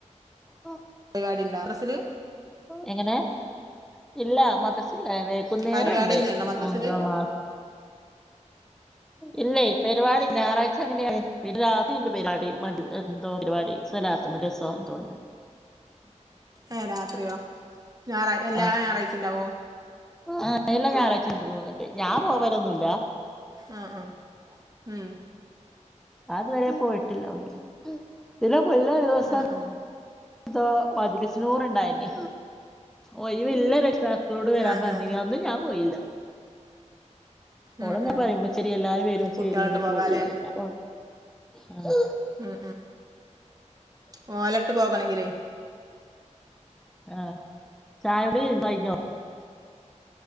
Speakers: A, in the centre; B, on the right (about 30°).
A: ഓ
B: പരിപാടി ഉണ്ടോ മദ്രസ്സില്
A: എങ്ങനെ ഇല്ല മദ്രസില്ല വയ്കുന്നേരണ്ട്
B: പരിപാടി എന്തേണ്ടോ മദ്രസില്
A: മൂത്ത മാ ഇല്ലേ പരിപാടി ഞായറാഴ്ച അങ്ങന പിന്നെ രാത്രിണ്ട് പരിപാടി മ ന്തൊപരിപാടി സ്വലാത്തുമലുസൊ എന്തൊ ഉണ്ട്
B: ഏഹ് രാത്രിയോ ഞായറാഴ്
A: ആ
B: എല്ലാ ഞായറാഴ്ച ഉണ്ടാവോ
A: ആ എല്ലാ ഞായറാഴ്ചയും ഉണ്ടെന്നുതോന്നണ്ട് ഞാൻ പോവലൊന്നുമില്ല
B: ആ ആ ഉം
A: ഞാനിതുവരെപോയിട്ടില്ല ഒന്നിലും പിന്നെ പുന്നൊരുദിവസം
B: ആ ആ
A: ന്തോ മജ്‌ലിസ്സുനൂറൊണ്ടായിന് ഒഴിവിള്ളെ രക്ഷിതാ ക്കളോട് വരാൻപറഞ്ഞീനി
B: ആ ആ
A: അന്നും ഞാൻ പോയില്ല.
B: ഉം
A: ഓളങ്ങനെപറയും
B: ഉം
A: ഉമ്മച്ചി എല്ലാരും വെരിമ്മച്ചി
B: കുട്ടികളായിട്ട്
A: വെരിമ്മച്ചി
B: പോകാല്ലേ
A: വെരിപറയും ഞാ ആഹ്
B: ആ ആ ഓലടുത്തുപോവണെങ്കിലേ
A: ആ ചായകുടി കഴിഞ്ഞോ